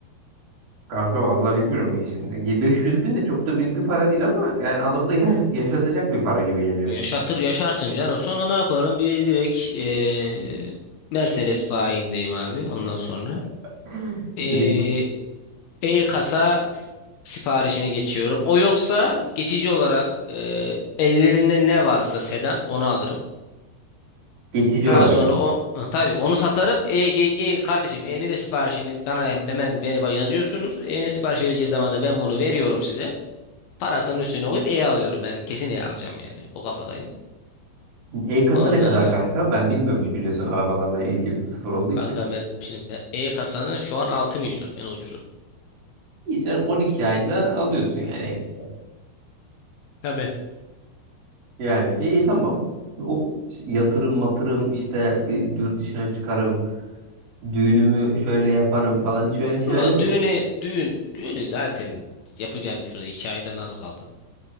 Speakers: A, on the right (about 40°); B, on the left (about 70°).
A: Kanka vallahi bilmiyorum ben şimdi. 500 bin de çok da büyük bir para değil ama yani adamda yaşa- yaşatacak bir para gibi geliyor
B: Yaşatır
A: şimdi.
B: yaşarsın canım. Sonra ne yaparım? Bir direkt eee Mercedes bayindeyim abi ondan sonra.
A: <laughs>
B: Ee,
A: Direkt ben-
B: e-kasa siparişine geçiyorum. O yoksa geçici olarak e, ellerinde ne varsa sedan onu alırım.
A: geçici
B: Daha
A: olarak
B: sonra
A: ama.
B: o tabii onu satarım. E, e, e- kardeşim E'nin de siparişini bana hemen beni yazıyorsunuz. E'nin sipariş verileceği zaman da ben bunu veriyorum size. Parasının üstüne koyup E alıyorum. Ben kesin E alacağım yani. O kafadayım.
A: E-kasa
B: Ondan
A: ne kadar
B: sonra
A: kanka? Ben bilmiyormuş biliyorsun arabalarla ilgili sıfır olduğu
B: kanka
A: için.
B: ben, şimdi ben- E kasanın şu an 6 milyon en ucuzu.
A: İyi canım 12 ayda alıyorsun yani e-kasa.
B: Tabii.
A: Yani iyi tamam. O yatırım matırım işte bir yurt dışına çıkarım. Düğünümü şöyle yaparım falan hiç öyle şeyler
B: O
A: yok
B: Düğüne
A: mu?
B: düğün düğünü zaten yapacağım bir şurada iki aydan az kaldı.